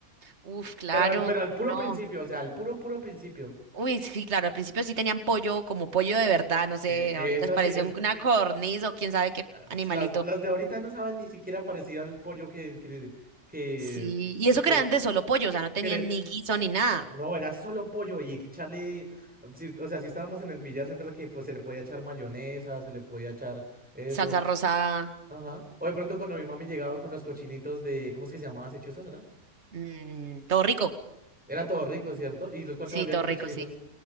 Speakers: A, on the right (about 50°); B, in the centre.
A: Uf, claro,
B: Pero al, pero
A: cómo
B: al puro
A: no.
B: principio, o sea, al puro, puro principio.
A: Uy, sí, claro, al principio sí tenían pollo, como pollo de verdad, no sé,
B: Eh,
A: ahorita
B: es así,
A: parece
B: es,
A: un- una corniz o quién sabe qué
B: ah,
A: animalito.
B: pues, las, las de ahorita no saben ni siquiera parecido al pollo que, que, que,
A: Sí, y eso
B: que,
A: que era antes solo pollo, o sea, no tenían
B: que le...
A: ni guiso ni nada.
B: No, era solo pollo y que echarle, si- o sea, si estábamos en el billar, ¿se acuerda que pues, se le podía echar mayonesa, se le podía echar eso?
A: Salsa rosada
B: Ajá. O de pronto cuando mi mami llegaba con los cochinitos de, ¿cómo es que se llamaba ese era?
A: Mm, todo rico.
B: Era todo rico, ¿cierto? ¿Y los cuánto
A: Sí,
B: valían
A: todo
B: los
A: rico,
B: cochinitos?
A: sí.